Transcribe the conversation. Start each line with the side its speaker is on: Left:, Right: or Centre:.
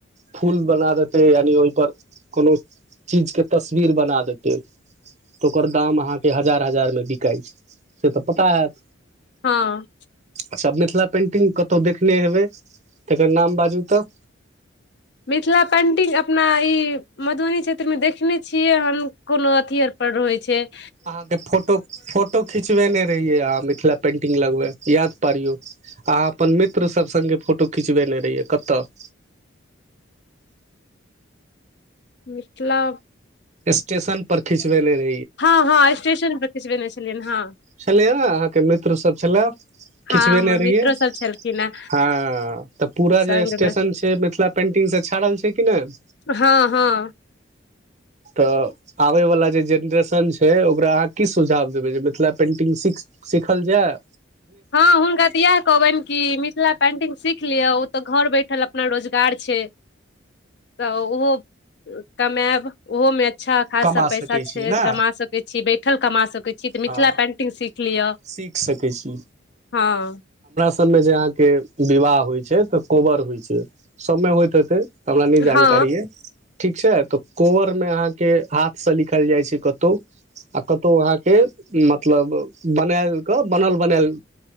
Right: फूल बना देते यानि ओहिपर कोनो चीजके तस्वीर बना देतयओकर काम आह के हजार हजार मे बिकाइ छैक से तऽ पता होयत
Left: हँ
Right: अच्छा मिथिला पेंटिंग कतहु देखने हेबय तकर नाम बाजू तऽ
Left: मिथिला पेन्टिंग अपना ई मधुबनी क्षेत्रमे देखने छियैक हन कोनो अथी आर पर रहैत छैक
Right: अहाँके फोटो फोटो खिचबेने रहियै अहाँ मिथिला पेंटिंग लगबै या पियौ अहाँ अपन मित्रसभ सङ्गे फोटो खिचबेने रहियै कतय <inaudible>
Left: मिथिला
Right: स्टेशन पर खिंचबे रहिए
Left: हँ हँ स्टेशन पर खिचबेने छलियनि हँ
Right: छलैए अहाँके मित्र सब छलए
Left: हँ
Right: खिचबेने
Left: हमर मित्रो
Right: रहियै
Left: सब छलखिन हे
Right: हां तऽ पूरा
Left: संग
Right: जे स्टेशन
Left: मे
Right: छैइ मिथिला पेंटिंग से छाड़ल छैइ कि नई
Left: हां हां
Right: तऽ आबय वाला जे जेनरेशन छैक ओकरा अहाँ की सुझाव देबैक जे मिथिला पेंटिंग सीख सिखल जाए
Left: हँअ् हुनका तऽ एह कहबनि कि मिथिला पेंटिंग सीख लिअ ओ तऽ घर बैठल अपना रोजगार छैय तऽ ओहो कमायब ओहो मे अच्छा खासा
Right: कमा
Left: पैसा
Right: सकै छी
Left: छैइ
Right: ने
Left: कमा सकैत छी बैठल कमा सकैत छी तऽ
Right: हँ
Left: मिथिला पेंटिंग सीख लिअ
Right: सीख सकैत छी
Left: हां
Right: सबमें जे अहाँके विवाह होइत छैइ तऽ कोबर होइत छैइ सबमें होइत हेतै हमरा नहिजानकारी
Left: हँ
Right: अए ठीक छैइ तऽ कोबर मे अहाँके हाथसँ लिखल जाइ छैइ कतहु आ कतहु अहाँके मतलब बनायल कऽ बनल बनायल